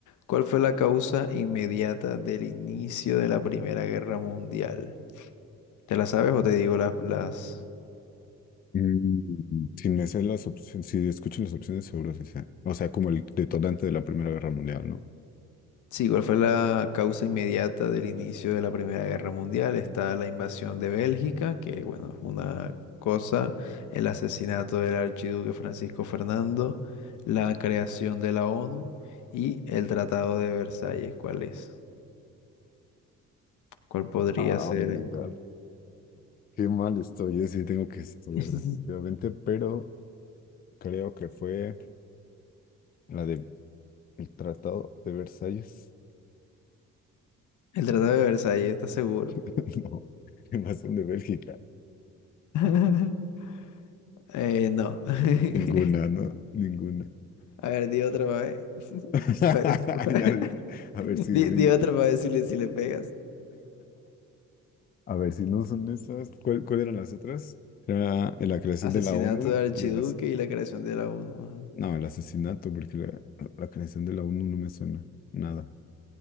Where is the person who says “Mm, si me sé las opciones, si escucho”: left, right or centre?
Left